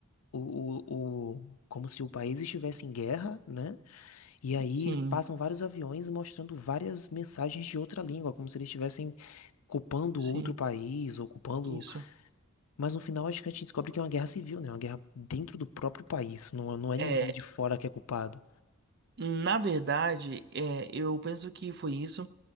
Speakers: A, on the left (about 80°); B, on the right (about 50°).
A: o, o, o- como se o país estivesse em guerra, né? E aí
B: Sim,
A: passam vários aviões mostrando várias mensagens de outra língua, como se eles estivessem ocupando
B: sim,
A: outro país, ocupando.
B: isso.
A: Mas no final acho que a gente descobre que é uma guerra civil, né? Uma guerra dentro do próprio país. Não, não é
B: É,
A: ninguém de fora que é culpado.
B: na verdade, é, eu penso que foi isso.